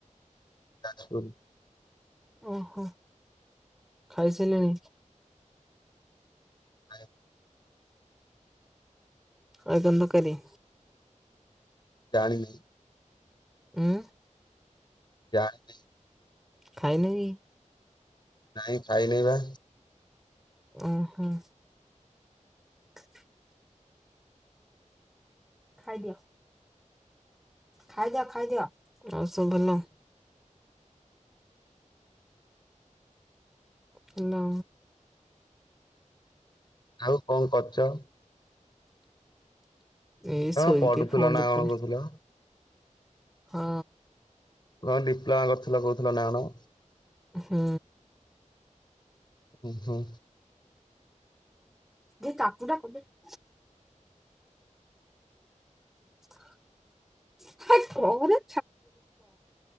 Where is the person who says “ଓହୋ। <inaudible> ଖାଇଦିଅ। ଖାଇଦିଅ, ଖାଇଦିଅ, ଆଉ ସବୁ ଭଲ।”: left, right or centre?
Centre